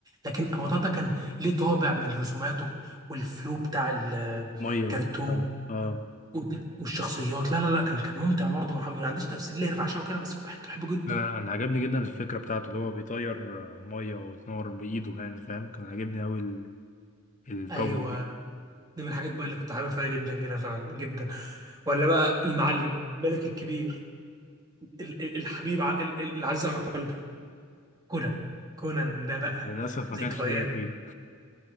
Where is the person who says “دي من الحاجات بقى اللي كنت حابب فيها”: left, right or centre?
Right